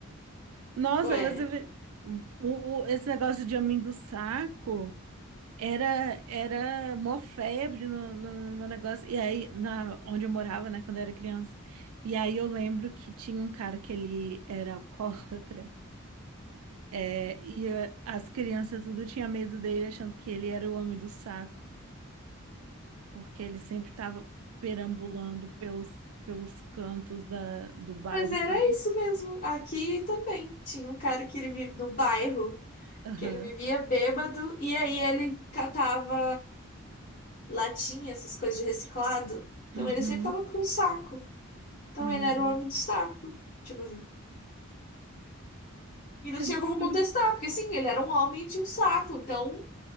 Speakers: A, on the right (about 80°); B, on the left (about 40°).
A: Nossa,
B: Ué.
A: você vê- o, o- esse negócio de homem do saco era era mó febre no, no, no negócio. E aí, na, onde eu morava, né, quando eu era criança. E aí eu lembro que tinha um cara que ele era alcoólatra. É, e eh, as crianças tudo tinha medo dele, achando que ele era o homem do saco, porque ele sempre estava perambulando pelos, pelos cantos da, do bairro,
B: Mas era
A: sabe?
B: isso mesmo. Aqui também tinha um cara que ele vive no bairro,
A: Aham.
B: que ele vivia bêbado e aí ele catava latinha, essas coisas de reciclado. Então
A: Uhum.
B: ele sempre tava com um saco. Então
A: Ai,
B: ele
A: meu
B: era
A: Deus.
B: o homem do saco, tipo assim. E não
A: Que
B: tinha
A: absurdo.
B: como contestar, porque sim, ele era um homem e tinha um saco, então,